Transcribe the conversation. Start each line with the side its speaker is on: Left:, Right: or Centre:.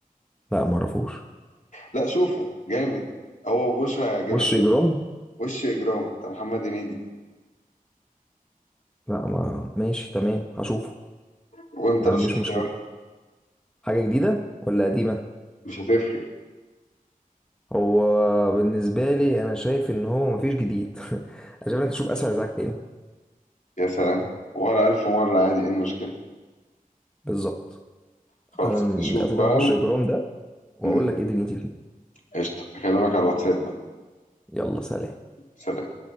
Centre: لا ما اعرفوش
Left: لأ شوفه جامد هو بشرى هيعجبك
Centre: وش اجرام
Left: وش إجرام بتاع محمد هنيدي
Centre: لا ما ماشي تمام هشوفه
Left: وأنت
Centre: ما
Left: رشح
Centre: عنديش مشكله
Left: لي واحد
Centre: حاجه جديده ولا قديمه
Left: مش هتفرق
Centre: هو بالنسبه لي انا شايف ان هو مفيش جديد <laughs> انا شايف انك تشوف اسفل ازعاج تاني
Left: يا سلام ولا ألف مرة عادي إيه المشكلة
Centre: بالظبط
Left: خلص
Centre: تعالى
Left: شوف
Centre: نقفل
Left: بقى
Centre: انا وش
Left: و...
Centre: اجرام ده واقول
Left: مم.
Centre: لك ايه دنيتي فيه
Left: قشطة أكلمك على الواتساب بقى
Centre: يلا سلام
Left: سلام